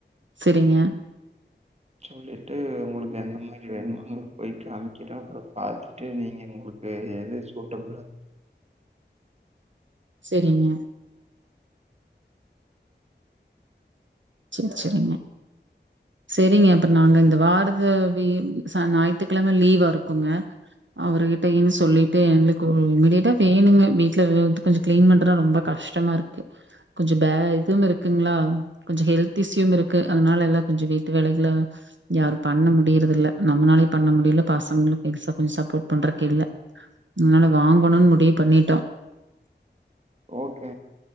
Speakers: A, on the right; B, on the right.
A: செரிங்க
B: சொல்லிட்டு உங்களுக்கெந்த மாரி வேணுமோ <inaudible> போய் காமிக்ற அப்றோ பாத்துட்டு நீங்க உங்களுக் எது எது சூட்டப்லா <inaudible>
A: செரிங்க செரி செரிமா செரிங்க அப்றோ நாங்க இந்த வாரத்து வி சன் ஞாயித்துக்கெழம லீவாருக்குங்க அவர்கிட்டயு சொல்லிட்டு எங்களுக்கு இமிடியட்டா வேணுங்க வீட்ல வ கொஞ்சோ க்ளீன் பண்றதா ரொம்ப கஷ்டமாருக்கு கொஞ்சோ பே இதுனுருக்குங்களா கொஞ்சோ ஹெல்த் இஸ்யும் இருக்கு அதனால எல்லா கொஞ்சோ வீட்டு வேலைகள யாரு பண்ண முடியுறதில்ல நம்மனாலயு பண்ண முடியல பசங்களுக் பெருசா கொஞ்ச சப்போர்ட் பண்றதுக்கில்ல அதனால வாங்கணுன் முடிவு பண்ணிட்டோ
B: ஓகே